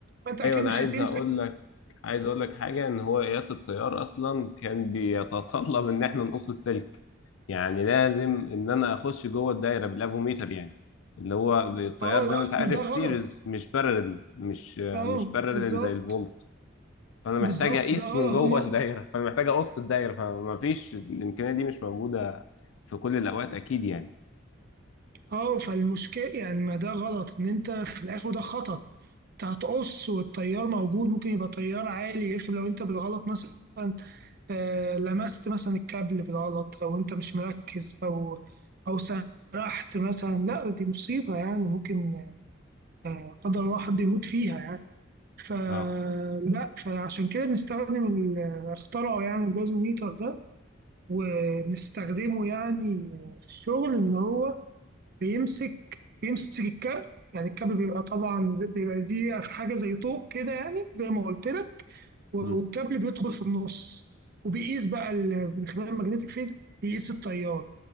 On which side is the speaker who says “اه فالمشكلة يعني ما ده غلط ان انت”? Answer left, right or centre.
Right